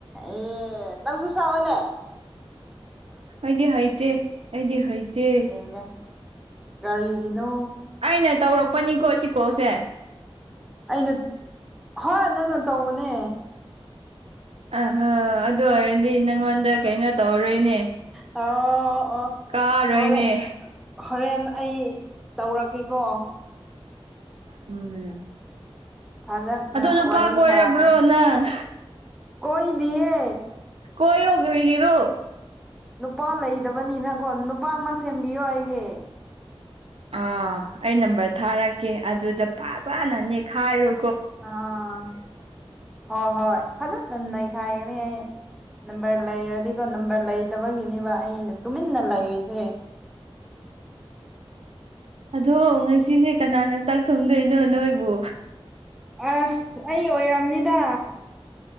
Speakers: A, in the centre; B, on the right.
A: ꯑꯦ ꯅꯪꯁꯨ ꯁꯥꯑꯣꯅꯦ
B: ꯑꯩꯗꯤꯦ ꯍꯥꯏꯥꯏꯇ ꯑꯩꯗꯤꯦ ꯍꯥꯏꯇ
A: ꯌꯦꯡꯒꯦ ꯀꯔꯤꯒꯤꯅꯣ
B: ꯑꯩꯅ ꯇꯧꯔꯛꯄꯅꯤꯀꯣ ꯁꯤꯀꯣꯛꯁꯦ
A: ꯑꯩꯅ ꯍꯣꯏ ꯅꯪꯅ ꯇꯧꯕꯅꯦ
B: ꯑꯍꯣ ꯑꯗꯨ ꯑꯣꯏꯔꯗꯤ ꯅꯪꯉꯣꯟꯗ ꯀꯩꯅꯣ ꯇꯧꯔꯔꯣꯏꯅꯦ
A: ꯑ ꯑꯣ
B: ꯀꯥꯔꯣꯏꯅꯦ
A: ꯍꯣꯔꯦ ꯍꯣꯔꯦꯟ ꯑꯩ ꯇꯧꯔꯛꯀꯦꯀꯣ
B: ꯎꯝ
A: ꯐꯖꯅ
B: ꯑꯗꯣ ꯅꯨꯄꯥ
A: ꯋꯥꯔꯤ
B: ꯀ ꯑꯣꯏꯔꯕ꯭ꯔꯣ
A: ꯁꯥꯔꯁꯦ
B: ꯅꯪ
A: ꯀꯣꯏꯗꯤꯌꯦ
B: ꯀꯣꯏ ꯍꯧꯒ ꯃꯤꯒꯤꯔꯣ
A: ꯅꯨꯄꯥ ꯂꯩꯗꯕꯅꯤꯅꯀꯣ ꯅꯨꯄꯥ ꯑꯃ ꯁꯦꯝꯕꯤꯌꯣ ꯑꯩꯒꯤ
B: ꯑꯥ ꯑꯩ ꯅꯝꯕꯔ ꯊꯥꯔꯛꯀꯦ ꯑꯗꯨꯗ ꯄꯥꯛ ꯆꯥꯅ ꯅꯦꯛꯈꯥꯏꯔꯨ
A: ꯑꯥ ꯍꯣꯏ ꯍꯣꯏ ꯐꯖꯠꯅꯟꯅꯩꯈꯥꯏꯒꯅꯤ ꯑꯩ ꯅꯝꯕꯔ ꯂꯩꯔꯗꯤꯀꯣ ꯅꯝꯕꯔ ꯂꯩꯇꯕꯒꯤꯅꯦꯕ ꯑꯩꯅ ꯇꯨꯃꯤꯟꯅ ꯂꯩꯔꯤꯁꯦ
B: ꯑꯗꯣ ꯉꯁꯤꯁꯦ ꯀꯅꯥꯅ ꯆꯥꯛ ꯊꯣꯡꯗꯣꯏꯅꯣ ꯅꯣꯏꯕꯨ
A: ꯑꯁ ꯑꯩ ꯑꯣꯏꯔꯝꯅꯤꯗ